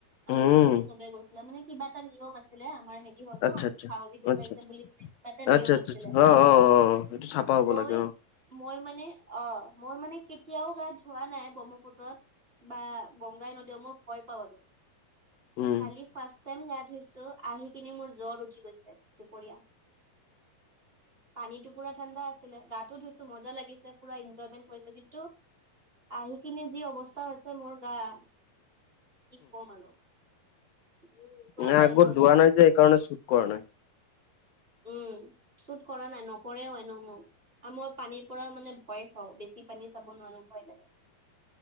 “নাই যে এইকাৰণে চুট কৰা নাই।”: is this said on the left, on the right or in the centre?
Left